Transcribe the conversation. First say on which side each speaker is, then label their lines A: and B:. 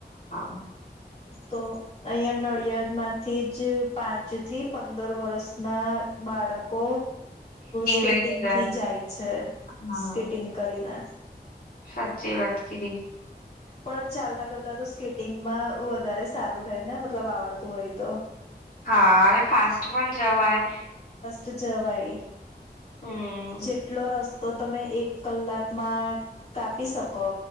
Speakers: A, on the left (about 55°); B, on the left (about 40°).
A: હ
B: તો અહં નડિયાદ માંથી જ પાંચ થી પંદર વરષ ના બાળકો સ્કેટિંગ
A: લઈને ગયા.
B: થી જાય છે
A: હા.
B: સ્કેટિંગ કરીને
A: સાચી વાત કીઘી
B: પણ ચાલતા કરતા તો સ્કેટિંગમાં વધારે સારું રહે ને મતલબ આવડતું હોય તો
A: હા અને ફાસ્ટ પણ જવાય
B: તો જવાય
A: હમ્મ.
B: જેટલો રસ્તો તો તમે એક કલાકમાં કાપી શકો